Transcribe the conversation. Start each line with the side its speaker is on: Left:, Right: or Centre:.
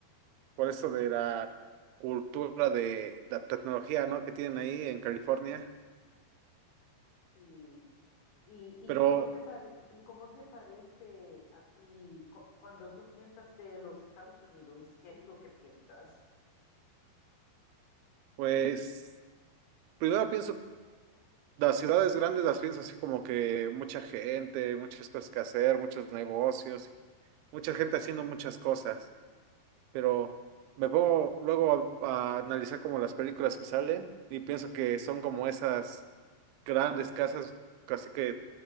Right: por esto de la cultura de la tecnología, ¿no? que tienen ahí en California.
Left: Sí. ¿Y, y
Right: Pero,
Left: cómo te pare- y cómo te parece a ti cu- cuando tú piensas de los Estados Unidos? ¿Qué es lo que piensas?
Right: pues, primero pienso, las ciudades grandes las pienso así como que mucha gente, muchas cosas que hacer, muchos negocios, mucha gente haciendo muchas cosas. Pero me pongo luego a a analizar como las películas que salen y pienso que son como esas. grandes casas, casi que